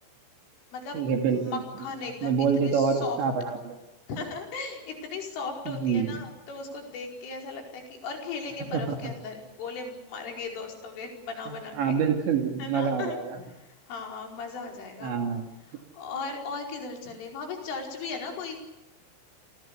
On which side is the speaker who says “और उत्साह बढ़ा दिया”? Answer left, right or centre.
Right